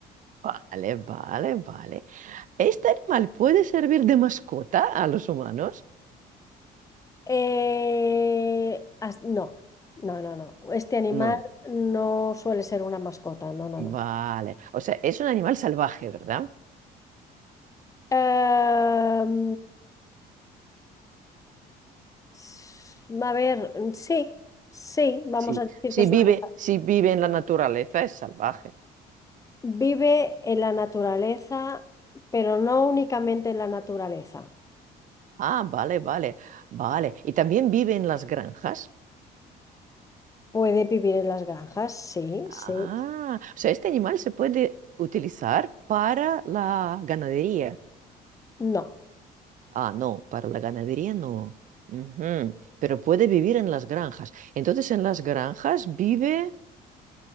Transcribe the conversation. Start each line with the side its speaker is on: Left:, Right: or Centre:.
Right: Vale, vale, vale. ¿Este animal puede servir de mascota a los humanos?
Left: Eh, as- no, no, no, no. Este animal
Right: No.
Left: no suele ser una mascota, no, no,
Right: Vale.
Left: no.
Right: O sea, es un animal salvaje, ¿verdad?
Left: Em, s- a ver, sí, sí, vamos
Right: Sí.
Left: a decir
Right: Si
Left: que es
Right: vive,
Left: un animal.
Right: si vive en la naturaleza, es salvaje.
Left: Vive en la naturaleza, pero no únicamente en la naturaleza.
Right: Ah, vale, vale, vale. Y también vive en las granjas.
Left: Puede vivir en las granjas, sí,
Right: Ah,
Left: sí.
Right: o sea, este animal se puede utilizar para la ganadería.
Left: No,
Right: Ah, no, para la ganadería no. Ujú. Pero puede vivir en las granjas. Entonces, en las granjas vive